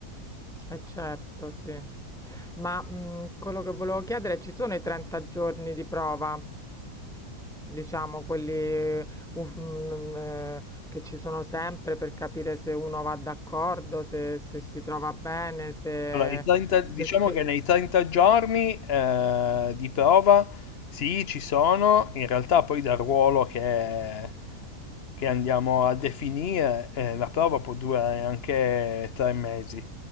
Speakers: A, in the centre; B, on the left (about 45°).
A: Eh certo, sì. Ma mh, quello che volevo chiedere, ci sono i 30 giorni di prova, diciamo, quelli uff- mh, eh, che ci sono sempre per capire se uno va d'accordo, se, se si trova bene, se...
B: Allora, i 30 diciamo
A: perché...
B: che nei 30 giorni eh, di prova sì, ci sono, in realtà poi dal ruolo che, che andiamo a definire eh, la prova può durare anche tre mesi.